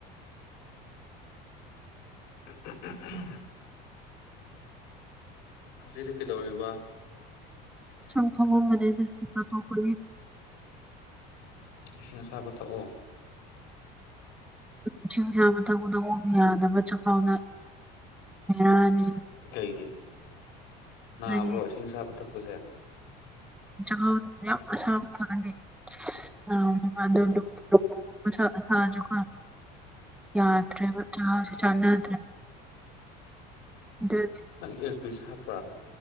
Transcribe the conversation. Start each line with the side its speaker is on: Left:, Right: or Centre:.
Left: <unintelligible> ꯍꯧꯖꯤꯛꯗꯤ ꯀꯩꯗꯧꯔꯤꯕ
Centre: ꯁꯨꯝ ꯐꯃꯝꯕꯅꯤꯗ ꯅꯥꯟꯊꯣꯛꯄꯒꯤ
Left: ꯏꯁꯤꯡ ꯑꯁꯥꯕ ꯊꯛꯑꯣ
Centre: ꯏꯁꯤꯡ ꯑꯁꯥꯕ ꯊꯛꯄꯗꯨ ꯑꯃꯨꯛ ꯌꯥꯗꯕ ꯆꯈꯥꯎꯗ ꯌꯥꯅꯤ
Left: ꯀꯩꯒꯤ ꯅꯥꯕ꯭ꯔꯣ
Centre: ꯍꯥꯏꯗꯤ
Left: ꯏꯁꯤꯡ ꯑꯁꯥꯕ ꯊꯛꯄꯁꯦ
Centre: ꯆꯈꯥꯎ ꯌꯥꯝ ꯑꯁꯥꯕ ꯊꯛꯑꯗꯤ ꯅꯔꯣꯢꯗꯧꯕ ꯑꯗꯨ ꯃꯁꯥ ꯁꯥꯔꯖꯨꯀꯣ ꯌꯥꯗ꯭ꯔꯦꯕ ꯆꯒꯥꯥꯎꯁꯤ
Left: ꯎꯝ
Centre: ꯆꯥꯟꯅꯗ꯭ꯔꯦ ꯑꯗꯨꯒꯤ
Left: ꯅꯪ ꯑꯦꯔꯄꯤꯁ ꯍꯥꯞꯄ꯭ꯔꯥ